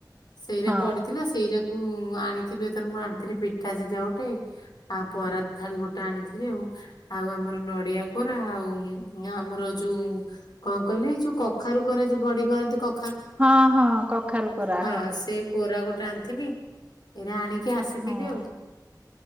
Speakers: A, on the left; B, on the right.
A: ସେଇଟା
B: ହଁ
A: ପଡିଥିଲା ସେଇଟାକୁ ମୁଁ ଆଣିଥିଲୁ ଏଥର ମୁଁ ଆଣିଥିଲି ପିଠ ପିଠା ସିଝା ଗୋଟେ ଆଉ ପରାତ ଥାଳି ଗୋଟେ ଆଣିଥିଲି ଆଉ ଆଉ ଆମର ନଡିଆ କୋରା ଆଉ ଆମର ଯୋଉ କଣ କହିଲେ ଏଇ ଯୋଉ କଖାରୁ କୋରା ଯୋଉ ବଢି କରନ୍ତି କ
B: ହଁ ହଁ। କଖାରୁ କରା
A: ହଁ ସେ କୋରା ଗୋଟେ ଆଣିଥିଲି ଏରା ଆଣିକି ଆସିଥିଲି
B: ହଁ।
A: ଆଉ